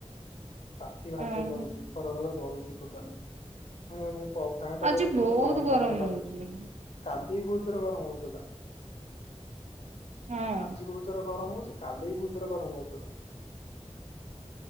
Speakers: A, on the left (about 60°); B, on the right (about 75°).
A: ତାତି ଭାରି
B: ଅଁ
A: ଯୋର ଲାଗୁଛି। ଘର ଘର ଜଳୁଛି ଟୋଟାଲ ମୁଁ ଫ୍ୟନ୍ ଟା
B: ଆଜି
A: ଲଗେଇଛି
B: ବହୁତ
A: ମତେ ଗରମ ପବନ ବାଜୁଛି।
B: ହଉଛି।
A: କାଲି ବହୁତ୍ ଯୋର ଗରମ ହଉଥିଲା।
B: ହଁ
A: ଆଜି ବହତ୍ ଯୋର ଗରମ ହଉଛି କାଲିବି ବହୁତ ଯୋର ଗରମ ହଉଥିଲା।